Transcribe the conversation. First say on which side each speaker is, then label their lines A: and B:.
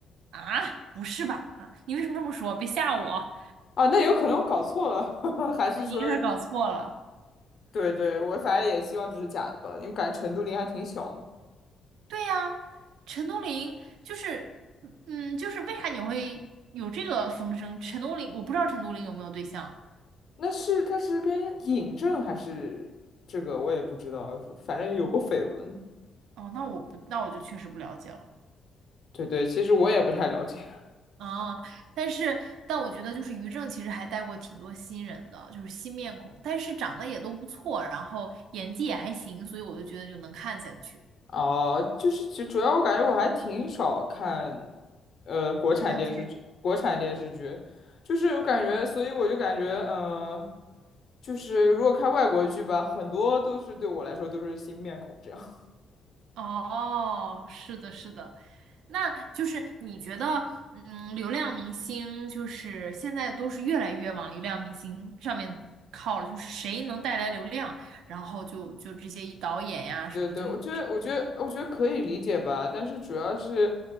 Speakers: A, on the right; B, on the left.
A: 啊。不是吧？啊，你为什么这么说？别吓我，
B: 啊，那有可能我搞错了，<laughs> 还是说
A: 你一个人搞错了。
B: 对对，我反正也希望这是假的吧，因为感觉陈都灵还挺小的
A: 对呀，陈都灵就是，嗯，就是为啥你会有这个风声？陈都灵，我不知道陈都灵有没有对象。
B: 那是他是跟尹正还是这个我也不知道，反正有过绯闻。
A: 哦，那我不，那我就确实不了解了。
B: 对对，其实我也不太了解。
A: 啊，但是，但我觉得就是于正其实还带过挺多新人的，就是新面孔，但是长得也都不错，然后演技也还行，所以我就觉得就能看下去。
B: 哦、就是就主要我感觉我还挺少看，呃，国产电视剧，
A: 偶像剧。
B: 国产电视剧，就是我感觉，所以我就感觉，嗯、就是如果看外国剧吧，很多都是对我来说都是新面孔这样。
A: 哦，是的，是的，那就是你觉得，嗯，流量明星就是现在都是越来越往流量明星上面靠了，就是谁能带来流量，然后就就这些导演呀什么就用，
B: 对对，我觉得，我觉得，我觉得可以理解吧，但是主要是